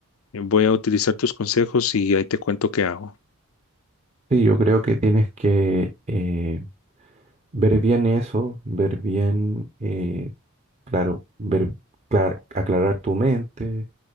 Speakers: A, on the left (about 70°); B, on the right (about 30°).
A: eh, Voy a utilizar tus consejos y ahí te cuento qué hago.
B: Sí, yo creo que tienes que eh, ver bien eso, ver bien... eh, Claro, ver, clar- aclarar tu mente,